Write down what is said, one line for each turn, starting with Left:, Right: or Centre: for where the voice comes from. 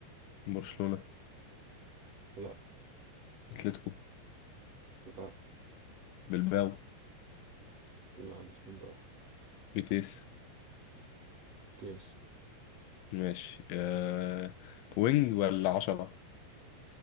Left: برشلونة
Right: لا
Left: اتلتيكو
Right: لا
Left: بلباو
Right: لا مش بالبيلعب
Left: بيتيس
Right: كيس
Left: ماشي أه... وينج ولا عشرة